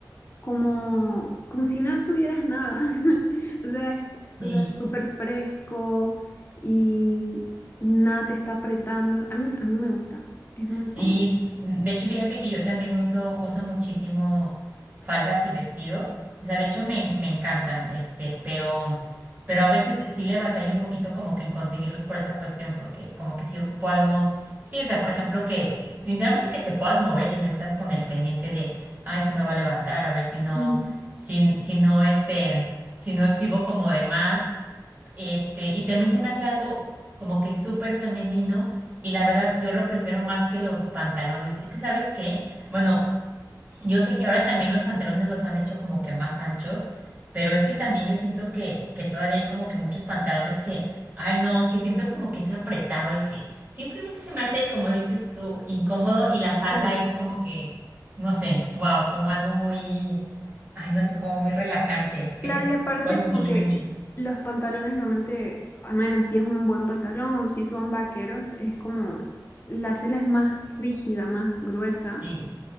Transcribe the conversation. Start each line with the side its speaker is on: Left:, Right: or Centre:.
Left: como, como si no tuvieras nada. <laughs> O sea, es,
Right: Sí.
Left: o sea, es súper fresco y, y nada te está apretando. A mí, a mí me gusta. Es muy
Right: Sí,
Left: cómodo.
Right: de hecho, fíjate que yo también uso, uso muchísimo faldas y vestidos. O sea, de hecho me, me encantan, este, pero, pero a veces sí le batallo un poquito como que en conseguirlos por esa cuestión, porque como que sí ocupo algo. Sí, o sea, por ejemplo, que eh, sinceramente que te puedas mover y no estás con el pendiente de, ay, se me va a levantar, a ver si no,
Left: Ujú.
Right: si, si no, este, si no exhibo como de más este, y también se me hace algo como que súper femenino y la verdad yo lo prefiero más que los pantalones. Es que, ¿sabes qué? Bueno, yo sé que ahora también los pantalones los han hecho como que más anchos, pero es que también yo siento que, que todavía hay como que muchos pantalones que, ay no, que siento como que es apretado y que simplemente se me hace, como dices tú, incómodo y la falda
Left: <laughs> Claro.
Right: es como que, no sé, wow, como algo muy, ay no sé, como muy relajante, que
Left: Claro,
Right: te
Left: y aparte
Right: puedes mover
Left: como
Right: libremente.
Left: que los pantalones normalmente, al menos si es un buen pantalón o si son vaqueros, es como la tela es más rígida, más gruesa
Right: Sí,